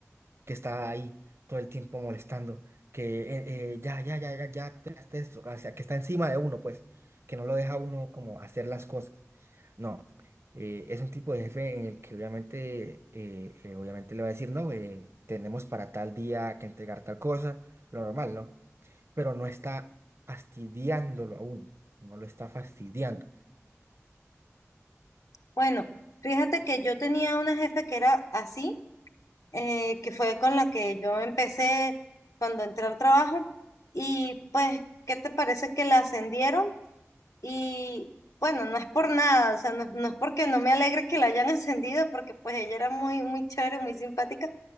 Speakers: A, on the right (about 55°); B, on the left (about 90°).
A: que está ahí todo el tiempo molestando, que eh, eh, ya, ya, ya, ya, ya, terminaste esto, o sea, que está encima de uno, pues, que no lo deja a uno como hacer las cosas. No, eh, es un tipo de jefe en el que obviamente, eh, eh, obviamente le va a decir, no, eh, tenemos para tal día que entregar tal cosa, lo normal, ¿no? Pero no está fastidiándolo a uno, no lo está fastidiando.
B: Bueno, fíjate que yo tenía una jefe que era así, eh, que fue con la que yo empecé cuando entré al trabajo. Y pues, ¿qué te parece que la ascendieron? Y bueno, no es por nada, o sea, no, no es porque no me alegre que la hayan <laughs> ascendido, porque pues ella era muy, muy chévere, muy simpática.